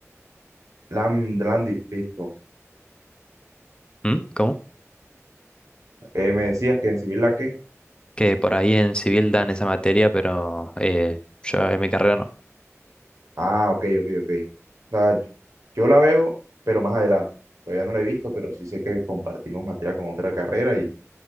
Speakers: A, on the right; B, on the left.
A: Lam, Landy, listo.
B: ¿Mm? ¿Cómo?
A: Eh, me decías que en civil la que...
B: Que por ahí en civil dan esa materia, pero eh, yo en mi carrera no.
A: Ah, ok, ok, ok. O sea, yo, yo la veo, pero más adelante. Todavía no la he visto, pero sí sé que compartimos materia con otra carrera y,